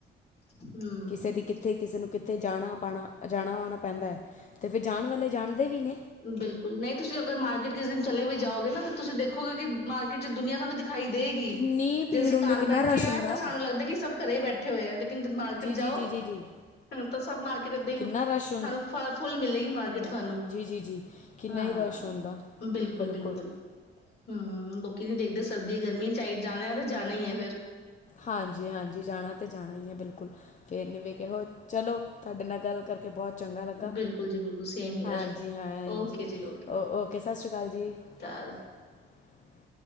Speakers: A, on the left; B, on the left.
A: ਹੂੰ-ਹੂੰ।
B: ਕਿਸੇ ਦੀ ਕਿੱਥੇ ਕਿਸੇ ਨੂੰ ਕਿੱਥੇ ਜਾਣਾ ਪਾਣਾ ਜਾਣਾ ਆਣਾ ਪੈਂਦਾ ਤੇ ਫਿਰ ਜਾਣ ਵਾਲੇ ਜਾਣਦੇ ਵੀ ਨੇ
A: ਬਿਲਕੁਲ ਨਹੀਂ, ਤੁਸੀਂ ਅਗਰ ਮਾਰਕੀਟ ਕਿਸ ਦਿਨ ਚਲੇ ਵੀ ਜਾਓਗੇ ਨਾ ਤੇ ਤੁਸੀਂ ਦੇਖੋਗੇ ਕਿ ਮਾਰਕੀਟ ਚ ਦੁਨੀਆਂ ਤੁਹਾਨੂੰ ਦਿਖਾਈ ਦੇਗੀ
B: ਕਿੰਨੀ ਭੀੜ
A: ਜੇ ਅਸੀਂ
B: ਹੁੰਦੀ
A: ਘਰ
B: ਕਿੰਨਾ
A: ਬੈਠੇ
B: ਰਸ਼
A: ਆ
B: ਹੁੰਦਾ।
A: ਤਾਂ ਸਾਨੂੰ ਲੱਗਦਾ ਕਿ ਸਭ ਘਰੇ ਬੈਠੇ ਹੋਏ ਆ। ਮਾਰਕੀਟ
B: ਜੀ ਜੀ
A: ਜਾਓ।
B: ਜੀ ਜੀ ਜੀ
A: ਤਾਂ ਸਭ ਮਾਰਕੀਟ ਦਾਂ ਹੀ
B: ਕਿੰਨਾ
A: ਤੁਹਾਨੂੰ
B: ਰਸ਼
A: ਫ ਫੁੱਲ ਮਿਲੇਗੀ ਮਾਰਕੀਟ ਤੁਹਾਨੂੰ
B: ਜੀ-ਜੀ-ਜੀ, ਕਿੰਨਾ
A: ਹਾਂ।
B: ਹੀ ਰਸ਼ ਹੁੰਦਾ
A: ਬਿਲਕੁਲ-ਬਿਲਕੁਲ,
B: ਬਿਲਕੁਲ
A: ਹੂੰ, ਲੋਕੀ ਨੀ ਦੇਖਦੇ ਸਰਦੀ ਗਰਮੀ ਚ ਜਾਣਾ ਆ ਤੇ ਜਾਣਾ ਈ ਐ ਫਿਰ।
B: ਹਾਂਜੀ-ਹਾਂਜੀ, ਜਾਣਾ ਤੇ ਜਾਣਾ ਈ ਐ ਬਿਲਕੁਲ ਫੇਰ ਨੀ ਵੀ ਚਲੋ ਤੁਹਾਡੇ ਨਾਲ ਗੱਲ ਕਰਕੇ ਬਹੁਤ ਚੰਗਾ ਲੱਗਾ
A: ਬਿਲਕੁਲ ਜੀ ਬਿਲਕੁਲ ਸੇਮ ਹੀਅਰ।
B: ਹਾਂਜੀ ਹਾਂਜੀ,
A: ਓਕੇ ਜੀ
B: ਓ ਓਕੇ ਸਤਿ ਸ਼੍ਰੀ ਅਕਾਲ ਜੀ।
A: ਹੱਲ
B: <unintelligible>